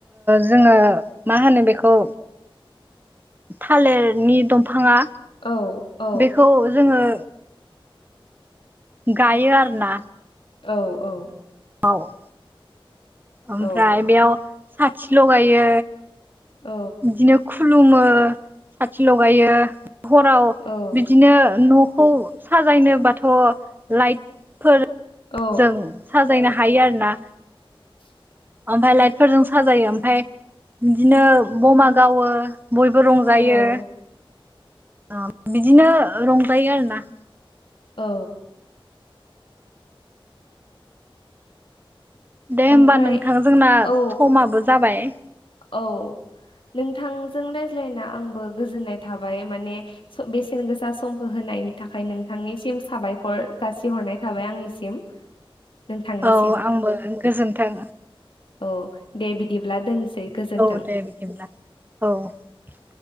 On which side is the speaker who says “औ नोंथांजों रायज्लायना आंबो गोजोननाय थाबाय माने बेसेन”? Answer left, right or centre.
Left